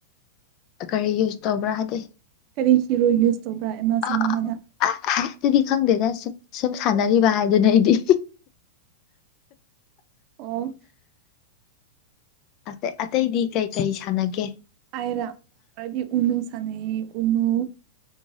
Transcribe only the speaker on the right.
ꯀꯔꯤ ꯍꯤꯔꯣ ꯌꯨꯁ ꯇꯧꯕ꯭ꯔꯥ ꯑꯦꯃꯥꯖꯣꯟ
ꯑꯃ ꯑꯃꯗ
ꯑꯣ
ꯑꯥꯏꯔ ꯍꯥꯏꯗꯤ ꯎꯅꯨ ꯁꯅ ꯎꯅꯨ